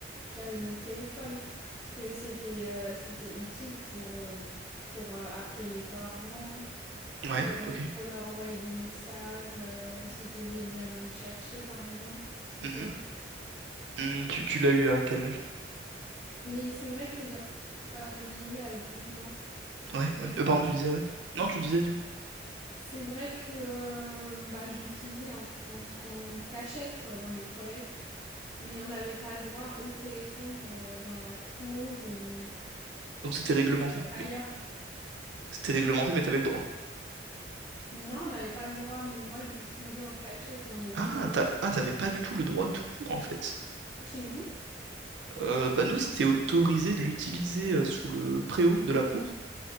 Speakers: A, on the left; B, on the right.
A: j'avais mon téléphone parce que c'était euh, c'était utile pour, euh, pour euh, appeler mes parents,
B: Ouais,
A: euh,
B: ok.
A: pour leur envoyer des messages, euh, s'ils devaient venir me chercher, par exemple,
B: Mhm.
A: tu vois.
B: Mm, tu tu l'as eu à quel âge?
A: Mais c'est vrai que dans- euh, je l'ai eu à 12 ans.
B: Ouais,
A: Et
B: ouais.
A: toi?
B: Euh, pardon, tu disais ouais. Non, tu disais du coup.
A: C'est vrai que euh, bah, je l'utilisais en, en- en cachette, quoi, dans les toilettes. Mais on n'avait pas le droit au téléphone, genre euh, dans la cour ou...
B: Donc c'était réglementé.
A: ailleurs.
B: Mais c'était réglementé, mais t'avais le droit.
A: Non, on n'avait pas le droit, mais moi je l'utilisais en cachette dans les
B: Ah,
A: toilettes.
B: t'as- ah, t'avais pas du tout le droit tout court en fait.
A: Chez vous?
B: Euh, bah nous, c'était autorisé de l'utiliser euh, sous le préau de la cour.